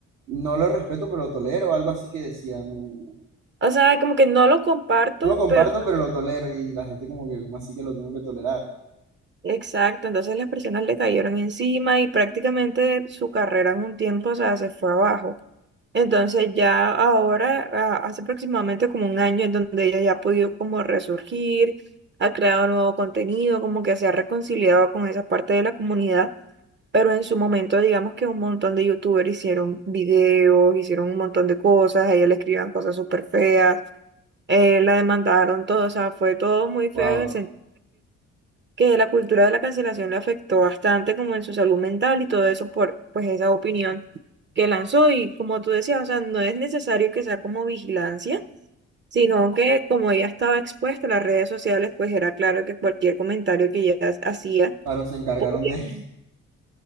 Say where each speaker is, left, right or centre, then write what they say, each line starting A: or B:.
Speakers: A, on the right; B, on the right.
A: no lo respeto, pero lo tolero, algo así que decía, no, no,
B: O sea, como que no lo comparto,
A: no lo comparto,
B: pero
A: pero lo tolero y la gente como que, ¿cómo así que lo tengo que tolerar?
B: Exacto, entonces las personas le cayeron encima y prácticamente su carrera en un tiempo, o sea, se fue abajo. Entonces ya ahora, a- hace aproximadamente como un año, en donde ella ya ha podido como resurgir, ha creado nuevo contenido, como que se ha reconciliado con esa parte de la comunidad, pero en su momento digamos que un montón de youtubers hicieron videos, hicieron un montón de cosas, a ella le escribían cosas súper feas, eh, la demandaron todo, o sea, fue todo muy feo
A: Wow.
B: en el sentido que la cultura de la cancelación le afectó bastante como en su salud mental y todo eso por pues esa opinión que lanzó y como tú decías, o sea, no es necesario que sea como vigilancia, sino que como ella estaba expuesta a las redes sociales, pues era claro que cualquier comentario que ella hacía
A: Claro, se encargaron
B: podía...
A: de,
B: <laughs>
A: <laughs>